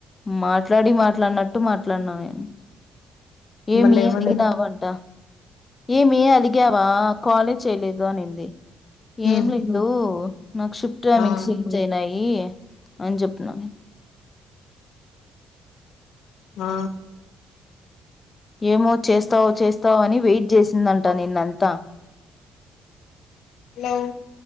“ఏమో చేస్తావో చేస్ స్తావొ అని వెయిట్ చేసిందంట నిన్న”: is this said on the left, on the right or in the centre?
Left